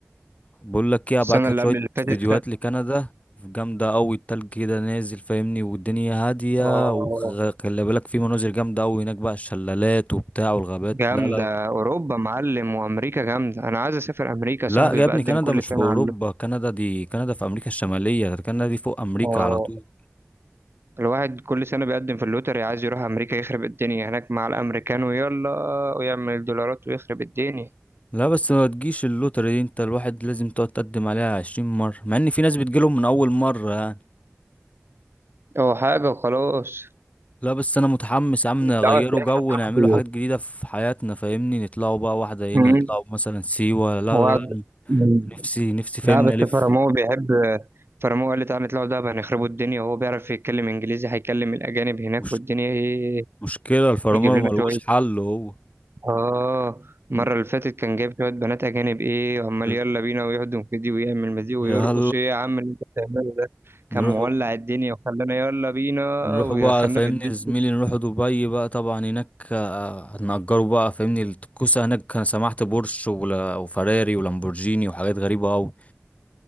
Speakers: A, on the left; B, on the right.
A: بقول لك ايه
B: السنة
A: ابعت لك
B: اللي
A: شويه
B: قبل اللي فاتت
A: فيديوهات
B: كانت
A: لكندا جامده قوي التلج كده نازل فاهمني والدنيا هاديه
B: اه
A: وخلي بالك في مناظر جامده قوي هناك بقى الشلالات وبتاع والغابات
B: جامدة
A: لا لا لا
B: أوروبا معلم وأمريكا جامدة أنا عايز أسافر أمريكا
A: لا
B: صاحبي
A: يا
B: بقدم
A: ابني كندا
B: كل
A: مش
B: سنة
A: في اوروبا
B: على
A: كندا دي كندا في امريكا الشماليه ده كندا دي فوق امريكا
B: اه
A: على طول
B: الواحد كل سنة بيقدم في اللوتري عايز يروح أمريكا يخرب الدنيا هناك مع الأمريكان ويلا ويعمل دولارات ويخرب الدنيا
A: لا بس ما تجيش اللوتري دي انت الواحد لازم تقعد تقدم عليها عشرين مرة مع ان في ناس بتجيلهم من اول مرة يعني
B: هو حاجة وخلاص
A: لا بس انا متحمس يا عم نغيروا
B: دعوة سياحة
A: جو
B: بتاعته
A: نعملوا حاجات جديدة في حياتنا فاهمني نطلعوا بقى واحدة
B: مم.
A: هنا نطلعوا مثلا سيوة لا
B: وقعد
A: لا لا
B: مم.
A: نفسي نفسي فاهمني
B: لا بس
A: الف
B: فرامو بيحب فرامو قال لي تعالى نطلعوا دهب هنخربوا الدنيا وهو بيعرف يتكلم إنجليزي هيكلم الأجانب هناك
A: مش
B: والدنيا إيه
A: مشكله الفرامل
B: يجيب لنا
A: ملوش
B: شوية
A: حل هو
B: اه المرة
A: ن-
B: اللي فاتت كان جايب شوية بنات أجانب إيه وعمال
A: ن-
B: يلا بينا ويهدم في دي ويعمل مزيق
A: يلا
B: ويرقص إيه يا عم اللي أنت بتعمله ده كان
A: نروح
B: مولع الدنيا وخلانا يلا بينا
A: نروح
B: ودخلنا
A: بقى فاهمني
B: في الدنيا
A: يا زميلي نروح دبي بقى طبعا هناك آه، هنأجره بقى فاهمني الكوسة هناك انا سمعت بورش ولا- وفراري ولامبورجيني وحاجات غريبة أوي